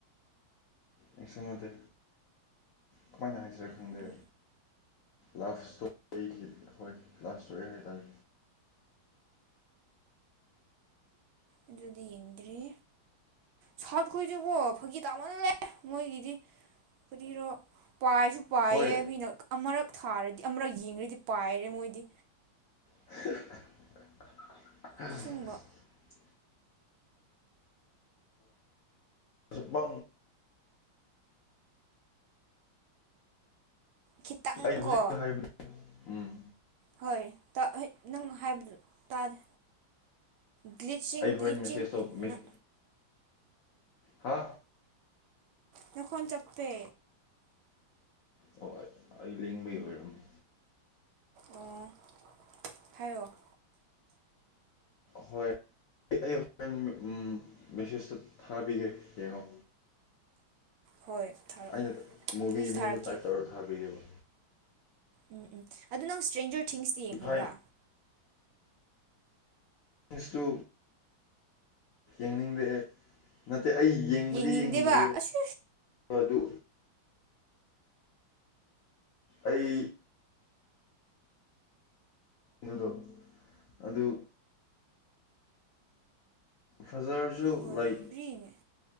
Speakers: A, on the left; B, on the right.
A: ꯑꯩꯁꯨ ꯅꯠꯇꯦ ꯀꯃꯥꯏꯅ ꯍꯥꯏꯁꯤꯔꯥ ꯈꯪꯗꯦ
B: ꯑꯗꯨꯝ
A: ꯂꯞ ꯏꯁꯇꯣꯔꯤꯒꯤ ꯍꯣꯌ ꯂꯞ ꯏꯁꯇꯣꯔꯤ ꯍꯥꯏ ꯇꯥꯔꯦ
B: ꯑꯗꯨꯗꯤ ꯌꯦꯡꯗ꯭ꯔꯤ ꯁꯥꯔꯈꯣꯏꯁꯨꯀꯣ ꯐꯥꯒꯤ ꯇꯥꯃꯜꯂꯦ ꯑꯦ ꯃꯣꯏꯒꯤꯗꯤ ꯀꯔꯤꯔꯣ ꯄꯥꯏꯁꯨ ꯄꯥꯏꯌꯦ
A: ꯍꯣꯏ
B: ꯃꯤꯅ ꯑꯃꯨꯔꯛ ꯊꯥꯔꯗꯤ ꯑꯃꯛ ꯌꯦꯡꯈꯗꯤ ꯄꯥꯏꯔꯦ ꯃꯣꯏꯗꯤ
A: <unintelligible>
B: ꯑꯁꯦꯡꯕ
A: ꯁꯨꯕꯥ
B: ꯈꯤꯇꯪꯀꯣ
A: ꯑꯩꯅ ꯍꯧꯖꯤꯛ ꯍꯥꯏꯕꯗꯣ ꯎꯝ
B: ꯍꯣꯏ ꯅꯪ ꯍꯥꯏꯕ ꯇꯗꯦ ꯒ꯭ꯂꯤꯆꯡ
A: ꯑꯩ ꯍꯣꯔꯦꯟ
B: ꯒ꯭ꯂꯤꯆꯤꯡ
A: ꯃꯦꯁꯦꯖ ꯇꯧ ꯃꯦꯁ
B: ꯅ
A: ꯍꯥ
B: ꯅꯈꯣꯟ ꯆꯞꯄꯦ
A: ꯍꯣꯏ ꯑꯩ ꯂꯦꯡꯕꯒꯤ ꯑꯣꯏꯔꯝꯃꯦ
B: ꯑꯣ ꯍꯥꯏꯔꯛꯑꯣ
A: ꯍꯣꯏ ꯑꯩ ꯍꯣꯔꯦꯟ ꯃꯦꯁꯦꯖꯇ ꯊꯥꯕꯤꯒꯦ ꯌꯦꯡꯉꯣ
B: ꯍꯣꯏ ꯊꯥꯔꯛꯑꯣ
A: ꯑꯩꯅ ꯃꯨꯚꯤꯒꯤ
B: ꯑꯩꯁꯨ
A: ꯃꯤꯡꯗꯨ
B: ꯊꯥꯔꯛꯀꯦ
A: ꯇꯥꯏꯞ ꯇꯧꯔꯒ ꯊꯥꯕꯤꯈꯤꯕ
B: ꯎꯝ ꯎꯝ ꯑꯗꯨ ꯅꯪ ꯏꯁꯇ꯭ꯔꯦꯟꯖꯔ ꯊꯤꯡꯁꯇꯤ ꯌꯦꯡꯈ꯭ꯔꯕ꯭ꯔꯥ
A: ꯍꯥꯏ ꯃꯤꯁꯇꯨ ꯌꯦꯡꯅꯤꯡꯗꯦꯑꯦ ꯅꯠꯇꯦ ꯑꯩ ꯌꯦꯡꯕꯨꯗꯤ
B: ꯌꯦꯡꯅꯤꯡꯗꯦꯕ
A: ꯌꯦꯡꯗ꯭ꯔꯤꯕ
B: ꯑꯁ
A: ꯑꯗꯨ ꯑꯩ ꯀꯩꯅꯣꯗꯣ ꯑꯗꯨ ꯐꯖꯕꯁꯨ
B: ꯍꯣꯏ
A: ꯂꯩ
B: ꯔꯤꯡꯉꯦ